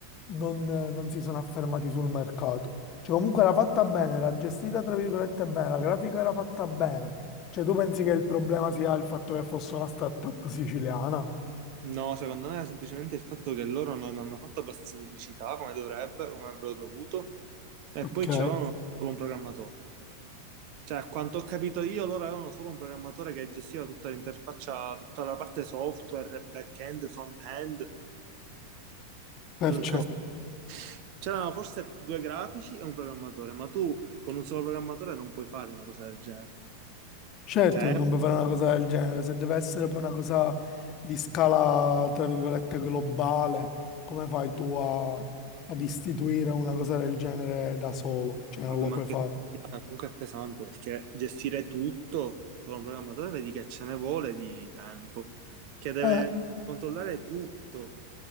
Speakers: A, on the left; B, on the right.
A: non, non si sono affermati sul mercato? Cioè, comunque era fatta bene, era gestita tra virgolette bene, la grafica era fatta bene. Cioè, tu pensi che il problema sia il fatto che fosse una startup siciliana?
B: No, secondo me è semplicemente il fatto che loro non hanno fatto abbastanza pubblicità come dovrebbe, come avrebbero dovuto, e
A: Ok,
B: poi c'avevano solo un programmatore. Cioè, a quanto ho capito io, loro avevano solo un programmatore che gestiva tutta l'interfaccia, tutta la parte software, back-end, front-end,
A: perciò
B: un cas- C'erano forse due grafici e un programmatore, ma tu con un solo programmatore non puoi fare una cosa del genere.
A: certo
B: Cioè,
A: che non puoi fare una cosa del genere, se deve essere poi una cosa di scala, tra virgolette, globale, come fai tu a- ad istituire una cosa del genere da solo? Cioè, non
B: vabbè,
A: lo
B: ma
A: puoi
B: anche
A: fare.
B: comunque è pesante perché gestire tutto con un programmatore vedi che ce ne vuole di tempo, che deve
A: Eh,
B: controllare tutto,